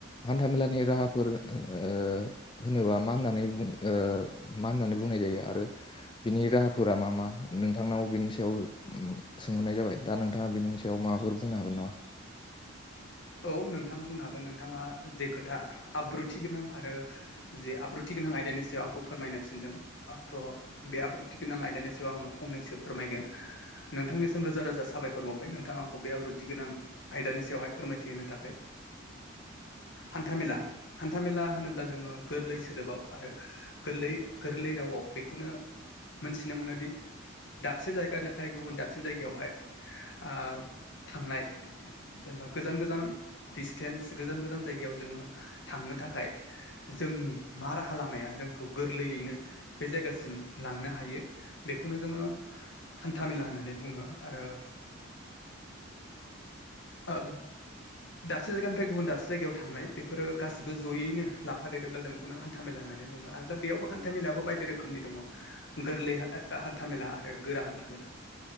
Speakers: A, on the left; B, on the left.
A: हान्थामेलानि राहाफोर ओ होनोबा मा होननानै बुं ओ मा होननानै बुंनाय जायो आरो बिनि राहा फोरा मा-मा नोंथांनाव बिनि सायाव सोंहरनाय जाबाय दा नोंथाङा बेनि सायाव माबाफोर बुंनो हागोन नामा?
B: औ नोंथां बुंनो हागोन नोंथाङा जे खोथा आब्रुथि गोनां आरो जे आब्रुथि गोनां आयदानि सायाव आंखौ फोरमायनो थिनदों बाथ' बे आब्रुथि गोनां आयदानि सायाव आङो फंनैसो फोरमायगोन। नोंथांनिसिम रोजा-रोजा साबायखर बावबाय नोंथां आंखौ बे आब्रुथि गोनां आयदानि सायावहाय फोरमाय थि होनो थाखाय हान्थामेला-हान्थामेला होनोब्ला जोङो गोरलै सोदोबाव आरो गोरलै-गोरलै रावआव बेखौनो मोनथिनो मोनोदि दाबसे जायगानिफ्राय गुबुन दाबसे जायगायावहाय ओ थांनाय जेनेबा गोजान-गोजान डिसटेन्स गोजान-गोजान जायगायाव जोङो थांनो थाखाय जोंनि मा राहा लामाया जोंखौ गोरलैयैनो बे जायगासिम लांनो हायो बेखौनो जोङो हान्था मेला होननानै बुङो आरो ओ दाबसे जायगानिफ्राय गुबुन दाबसे जायगायाव थांनाय बेफोरो गासिबो जयैनो लाफा देरोब्ला जों बेखौनो हान्थ मेला होननानै बुङो आरो द बेयावबो हान्था मेायआो बायदि रोखोमनि दङ गोरलै हान्थाामेला आरो गोरा हान्थाामेला